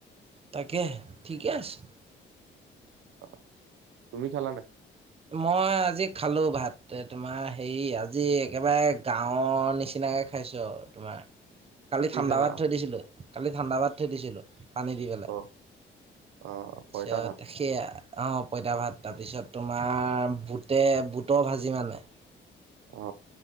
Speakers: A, on the right (about 30°); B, on the right (about 85°).
A: তাকে ঠিকে আছে।
B: অ তুমি খালা নাই?
A: মই আজি খালো ভাত তোমাৰ হেৰি আজি একেবাৰে গাঁৱৰ নিচিনা- তেনেকে খাইছো তোমাৰ- কালি
B: কি
A: ঠাণ্ডা
B: খালা?
A: ভাত থৈ দিছিলোঁ। কালি ঠাণ্ডা পাত থৈ দিছিলোঁ পানী দি পেলাই।
B: অ', অ',
A: তাৰপিছত
B: পইতা ভাত
A: সেইয়া- অ পঁইতা ভাত তাৰপিছত তোমাৰ বুটে বুটৰ ভাজি মানে।
B: অ।